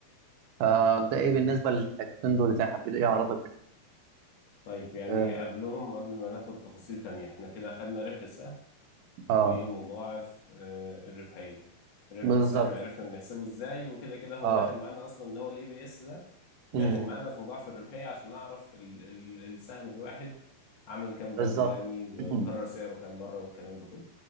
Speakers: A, on the right; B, on the left.
A: فده ايه بالنسبه للحتتين دول اللي انا حبيت ايه اعرفك
B: طيب يعني
A: اه
B: قبلهم قبل ما ناخد تفاصيل تانية احنا كده خدنا ربح السهم
A: آه،
B: ومضاعف آه، الربحية ربح
A: بالظبط
B: السهم عرفنا
A: كده
B: بنحسبه ازاي وكده كده هو
A: اه
B: داخل معانا اصلا اللي هو الاي بي اس ده
A: م-
B: داخل
A: م.
B: معانا في مضاعف الربحية عشان نعرف ال ال السهم الواحد عمل كام
A: بالظبط
B: دبل يعني وكرر
A: <clears throat>
B: سعره كام مرة والكلام ده كله